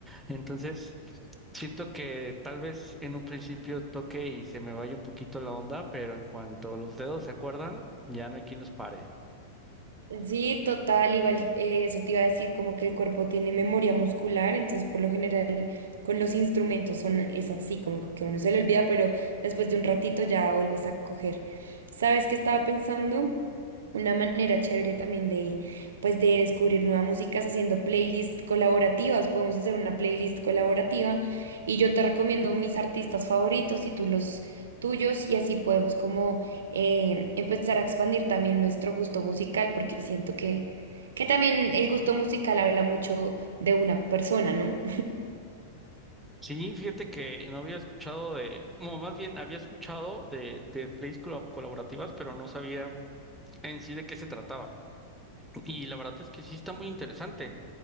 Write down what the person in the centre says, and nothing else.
Entonces, siento que tal vez en un principio toque y se me vaya un poquito la onda, pero en cuanto los dedos se acuerdan, ya no hay quien los pare.
Sí, fíjate que no había escuchado de, bueno, más bien había escuchado de, de plays colab- colaborativas, pero no sabía en sí de qué se trataba. Y la verdad es que sí está muy interesante.